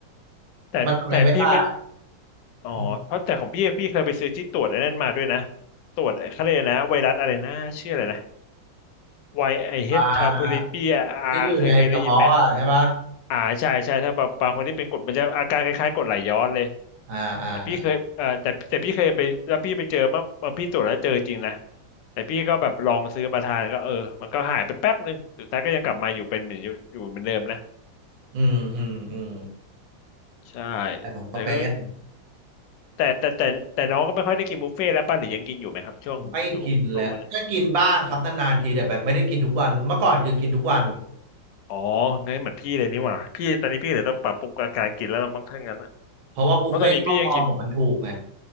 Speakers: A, on the left; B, on the right.
A: แต่แต่พี่ไม่
B: มันทำอะไรไม่ได้
A: อ๋อเพราะแต่ของพี่พี่เคยไปซื้อที่ตรวจไอ้นั่นมาด้วยนะ
B: อืม
A: ตรวจเขาเรียกอะไรนะไวรัสอะไรนะชื่ออะไรนะไวไอเฮทาโพลิปีอาเคยเคยได้ยินไหม
B: อ่าอ่าที่อยู่ในกระเพาะอะใช่ปะ
A: อ่าใช่ใช่ถ้าแบบบางคนที่เป็นกรดมันจะอาการคล้ายๆกรดไหลย้อนเลย
B: อ่าอ่าอ
A: แต่พี่เคยเอ่อแต่แต่พี่เคยไปแล้วพี่ไปเจอเมื่อเมื่อพี่ตรวจแล้วเจอจริงนะแต่พี่ก็แบบลองซื้อมาทานก็เออมันก็หายไปแป๊บนึงสุดท้ายก็ยังกลับมาอยู่เป็นเหมือนอยู่อยู่เหมือนเดิมนะ
B: อืมอืมอืม
A: ใช่
B: แต่ผมก็เป็น
A: แต่ก็แต่แต่แต่แต่น้องก็ไม่ค่อยได้กินบุฟเฟ่ต์แล้วป่ะหรือยังกินอยู่ไหมครับช่วงอยู่ช่วงนี้
B: ไม่กินแล้วก็กินบ้างครับนานๆทีแต่แบบไม่ได้กินทุกวันเมื่อก่อนคือกินทุกวัน
A: อ๋องั้นเหมือนพี่เลยนี่หว่าพี่ตอนนี้พี่เดยต้องปรับปรุงอาการกินแล้วเราบ้างถ้างั้นนะ
B: เพราะว่าบุฟเฟ่ต์รอบมอผมมันถูกไง
A: เพราะตอนนี้พี่ยังกิน